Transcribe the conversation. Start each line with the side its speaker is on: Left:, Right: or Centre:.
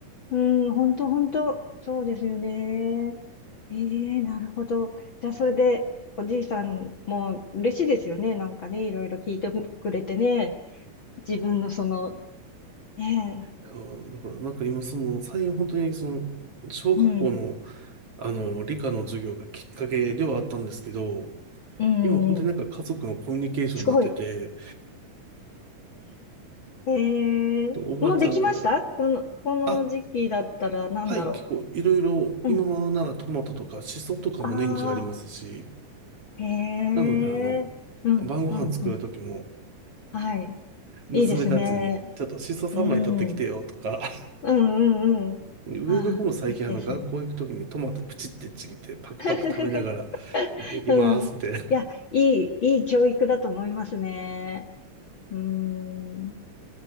Left: うん、本当本当そうですよね。ええなるほど。じゃあ、それで、おじいさんも嬉しいですよね。なんかね、いろいろ聞いてくれてね。自分のその、ね
Right: や、だから、なんか今、その、最近本当に、その、小学校の、
Left: え、うん、
Right: あの、理科の授業がきっかけではあったんですけど、
Left: うん、
Right: 今、本当になんか家族のコミュニケーションになってて、
Left: うん。すごい。ええもうできましたこの、
Right: おばあちゃんから、
Left: この時期だったらなんだろ
Right: あ、はい、結構、いろいろ、
Left: う。
Right: 今はならトマトとか、
Left: うん。
Right: シソとかも年中ありますし、
Left: ああ、へえうん、
Right: なので、あの、晩ご飯作る時も、
Left: うん、うん。はい。
Right: 娘たちに、
Left: いいですね。
Right: ちょっとシソ3枚取ってきてよとか、
Left: うん。うんうんうん。
Right: 上の子も最近あの学校行くときにトマトプチってちぎってパクパク食べながら行ってきますみたいな。
Left: ああ、いいですね。<laughs> うん。いや、いい、いい教育だと思いますね。うーん。